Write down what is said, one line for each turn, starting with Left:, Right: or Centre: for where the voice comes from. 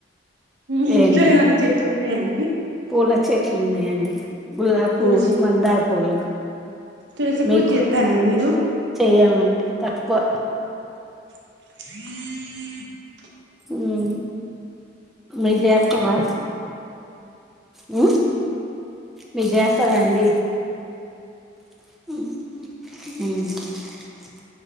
Right: మీ
Centre: ఏం
Right: ఇంట్లో
Centre: లేదు
Right: ఏమన్న చెట్లున్నాయండి
Centre: పూల చెట్లు ఉన్నాయండి గులాపువ్వు
Right: పూలు
Centre: మందార్ పూలు
Right: తులసి
Centre: మీకు
Right: పూజ చేస్తారండి మీరు
Centre: చేయమండి తక్కువ
Right: హ
Centre: ఉమ్ మీరు జేస్తరా మ మిదిజేస్తలే అండి ఉ